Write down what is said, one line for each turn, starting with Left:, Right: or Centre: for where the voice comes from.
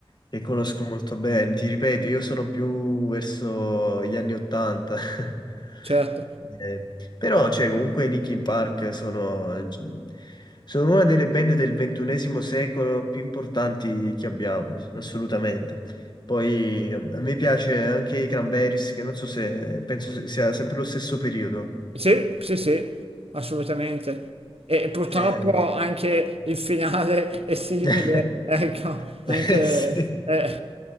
Left: che conosco molto bene. Ti ripeto, io sono più verso gli anni Ottanta. <laughs>
Right: certo.
Left: Eh, però, cioè, comunque i Linkin Park sono, sono una delle band del ventunesimo secolo più importanti che abbiamo, assolutamente. Poi a me piace anche i Cranberries, che non so se penso se- sia sempre lo stesso periodo.
Right: Sì, sì, sì, assolutamente. E purtroppo
Left: Eh,
Right: anche il finale è simile,
Left: <laughs>
Right: <laughs> ecco, anche...
Left: Eh, sì.
Right: eh,